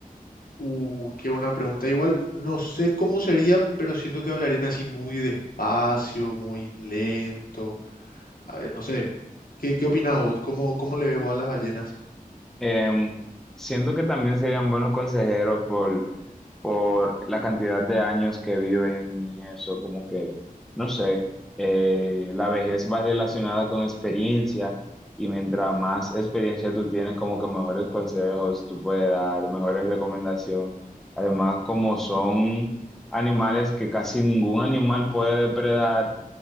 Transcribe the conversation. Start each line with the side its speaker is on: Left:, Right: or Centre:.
Left: Uh, qué buena pregunta. Igual no sé cómo serían, pero siento que hablarían así muy despacio, muy lento. A ver, no sé. ¿Qué, qué opinás vos? ¿Cómo, cómo le ves vos a las ballenas?
Centre: Em, siento que también serían buenos consejeros por, por la cantidad de años que viven y eso, como que, no sé, eh, la vejez va relacionada con experiencia y mientras más experiencia tú tienes, como que mejores consejos tú puedes dar, mejores recomendaciones. Además, como son animales que casi ningún animal puede depredar,